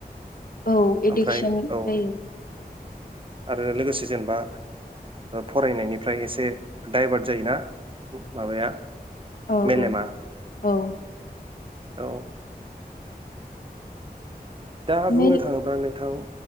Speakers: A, on the left; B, on the right.
A: औ एडिकसन
B: ओमफ्राय औ
A: जायो।
B: आरो लोगोसे जेनेबा फरायनायनिफ्राय एसे डाइभार्ट जायोना माबाया?
A: औ
B: मेलेमा
A: औ औ।
B: औ। दा
A: मेल
B: बुंनो थाङोबा नोंथां।